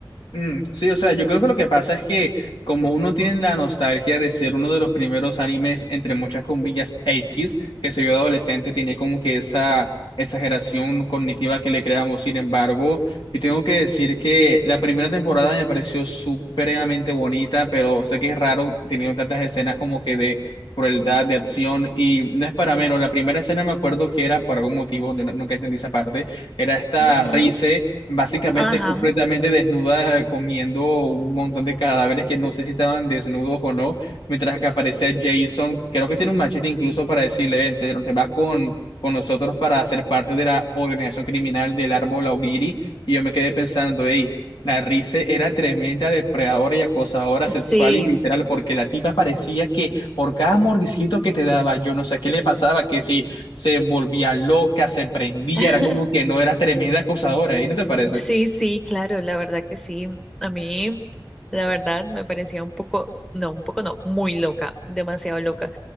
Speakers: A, on the left (about 70°); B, in the centre.
A: Mm, sí, o sea, yo creo que lo que pasa es que como uno tiene la nostalgia de ser uno de los primeros animes, entre muchas comillas, X, que se vio adolescente, tiene como que esa exageración cognitiva que le creamos. Sin embargo, y tengo que decir que la primera temporada me pareció supremamente bonita, pero sé que es raro teniendo tantas escenas como que de crueldad, de acción, y no es para menos. La primera escena me acuerdo que era, por algún motivo, yo no- nunca entendí esa parte, era esta
B: Ujú,
A: risa básicamente
B: Ajá.
A: completamente desnuda comiendo un montón de cadáveres que no sé si estaban desnudos o no, mientras que aparece Jason, creo que tiene un machete incluso para decirle, "Ven, te te vas con, con nosotros para ser parte de la organización criminal del árbol Augiri, y yo me quedé pensando, hey, la Rize era tremenda depredadora y acosadora sexual
B: Sí.
A: y literal, porque la tipa parecía que por cada mordisquito que te daba, yo no sé qué le pasaba, que si se volvía loca, se prendía,
B: <laughs>
A: era como que no era tremenda acosadora, ¿y no te parece?
B: Sí, sí, claro, la verdad que sí. A mí, la verdad, me parecía un poco, no, un poco no, muy loca, demasiado loca.